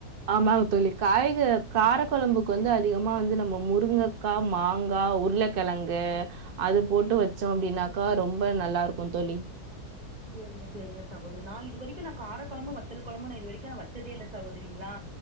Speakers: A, on the right; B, on the right.
A: ஆமாங் தோழி காய்க காரக்குழம்புக்கு வந்து அதிகமா வந்து நம்ம முருங்க க்கா மாங்கா உருளக்கிழங்கு அது போட்டு
B: சேரிங்க
A: வச்சோம்
B: சேரிங்க
A: அப்படின்னாக்கா
B: சகோதரி
A: ரொம்ப நல்லா இருக்கும் தோழி
B: செரிங்க செரிங்க சகோதரி நான் இது வரைக்கும் நான் கார குழம்பும் வத்தல் குழம்பும் நான் இதுவரைக்கும் வச் சதே இல்ல சகோதரிங்களா